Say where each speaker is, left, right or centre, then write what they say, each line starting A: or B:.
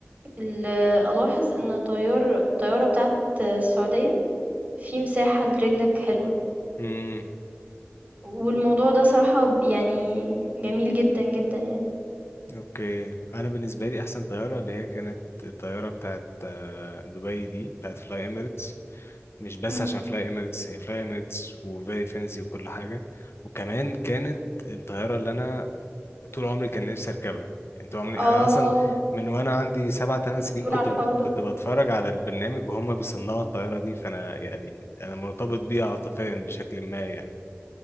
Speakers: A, on the right; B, on the left.
A: ال- الاحظ ان طيار الطيارة بتاعت السعودية في مساحة لرجلك حلوة
B: امم
A: والموضوع ده صراحة ب- يعني جميل جدا جدا يعني
B: اوكي انا بالنسبه لي احسن طياره اللي هي كانت الطياره بتاعت آه، دبي دي بتاعت فلاي اميريتس مش بس
A: مم.
B: عشان فلاي اميريتس هي فلاي اميريتس وفيري فانسي وكل حاجه وكمان كانت الطياره اللي انا طول عمري كان نفسي اركبها يعني طول عمري
A: اه
B: انا اصلا من وانا عندي سبع ثمان
A: انت كنت
B: سنين
A: بتقول
B: كنت
A: على الحوار ده
B: كنت بتفرج على البرنامج وهم بيصنعوا الطياره دي فانا يعني انا مرتبط بيها عاطفيا بشكل ما يعني